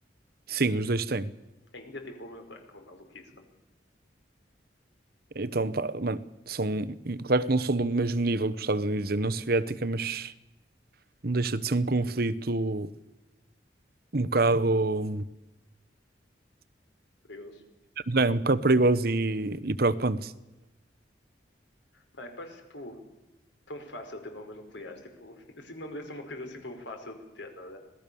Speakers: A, on the right; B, on the left.
A: Sim, os dois têm.
B: A Índia tem bomba nuclear. Que bomba maluquice, mano.
A: Então, pá, mano, são. Claro que não são do mesmo nível que os Estados Unidos e a União Soviética, mas não deixa de ser um conflito um bocado.
B: Perigoso.
A: É, um bocado perigoso e, e preocupante.
B: Mano, é, parece, tipo, tão fácil ter bombas nucleares. Tipo, <laughs> assim, não deve ser uma coisa assim tão fácil de ter, tá? a ver?